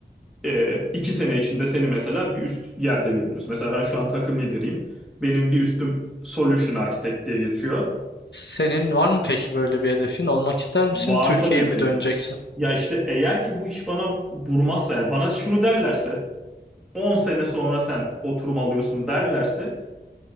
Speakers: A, in the centre; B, on the left.
A: Ee, iki sene içinde seni mesela bir üst yerde görüyoruz. Mesela ben şu an takım lideriyim. Benim bir üstüm Solution Architect diye geçiyor.
B: Senin var mı peki böyle bir hedefin? Olmak ister misin?
A: Var
B: Türkiye'ye
A: tabii
B: mi
A: ki.
B: döneceksin?
A: Ya işte eğer ki bu iş bana vurmazsa yani bana şunu derlerse 10 sene sonra sen oturum alıyorsun derlerse